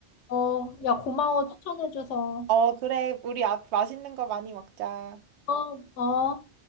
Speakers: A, on the left; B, on the right.
A: 어, 야, 고마워. 추천해줘서.
B: 어, 그래. 우리 앞 맛있는 거 많이 먹자.
A: 어, 어.